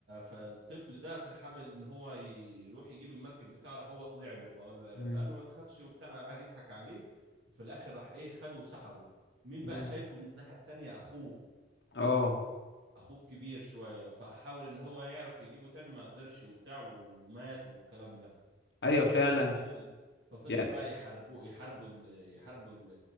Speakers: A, on the right; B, on the left.
A: فالطفل ده في حابل ان هو يروح يجيب المركب بتاعه راح هو طلع له فقال له
B: مم.
A: فقال له ما تخافش وبتاع قعد يضحك عليه وفي الاخر راح ايه خده وسحبه مين
B: مم.
A: بقى شايفه من الناحيه التانيه اخوه
B: اه
A: اخوه كبير شويه فحاول ان هو يعرف يجيبه تاني ما قدرش وبتاع ومات والكلام ده
B: ايوه
A: بس
B: فعلا
A: فضل ففضل
B: يعني
A: بقى يحاربوا يحاربوا ال- يحاربوا ال-